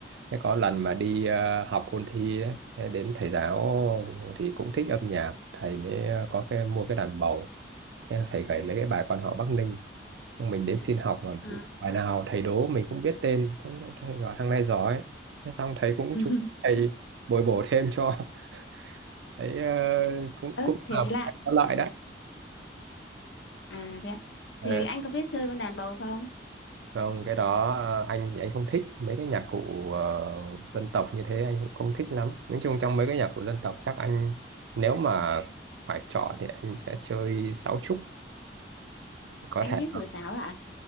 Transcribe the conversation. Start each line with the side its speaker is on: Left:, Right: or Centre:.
Right: Thế có lần mà đi ờ, học ôn thi đấy, thế đến thầy giáo thì cũng thích âm nhạc, thầy mới ờ, có cái mua cái đàn bầu. Thế là thầy gảy mấy cái bài quan họ Bắc Ninh. Xong Mình đến xin học mà
Left: à.
Right: bài nào thầy đố mình cũng biết tên. Thế là thầy bảo thằng này giỏi. Thế xong thầy cũng
Left: <laughs>
Right: chú thầy bồi bổ thêm cho. <laughs> Thấy ờ, cũng
Left: ớt
Right: cũng
Left: thế
Right: là
Left: lạ
Right: có lợi đấy.
Left: À thế ạ.
Right: Ờ,
Left: Thế anh có biết chơi con đàn bầu không?
Right: Không, cái đó ờ, anh thì anh không thích mấy cái nhạc cụ ờ, dân tộc như thế anh cũng không thích lắm. Nói chung trong mấy cái nhạc cụ dân tộc chắc anh nếu mà phải chọn thì anh sẽ chơi sáo trúc có
Left: Anh
Right: thể
Left: biết thổi sáo ạ?